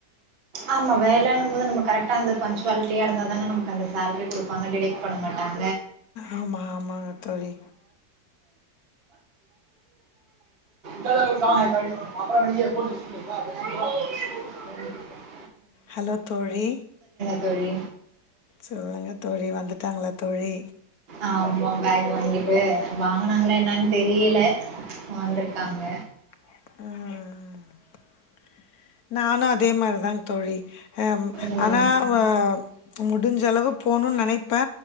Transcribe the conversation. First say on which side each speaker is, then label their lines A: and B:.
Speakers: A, on the right (about 35°); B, on the left (about 65°).
A: ஆமா வேலைனும் போது நம்ம கரெக்டா வந்து பஞ்ச் டுவெடியாக இருந்தால் தே நமக்கு அந்த சேலரி கொடுப்பாங்க டிடெட் பண்ண மாட்டங்க
B: ஆமா ஆமாங்க தோழி
A: கா அப்புற <unintelligible>
B: ஹலோ தோழி
A: தோழி
B: சொல்லுங்க தோழி வந்துட்டாங்கள தோழி
A: ஆமா பேக் வாங்கிட்டு வாங்கனாங்களா என்னன்னு தெரியல வந்திருக்காங்க
B: ஹ ஹ ஹ நானாத் அதே மாதிரிதான் தோழி ஹ
A: ம்.
B: ஆனா ம் ச் முடிஞ்சளவு போணும் நினைப்ப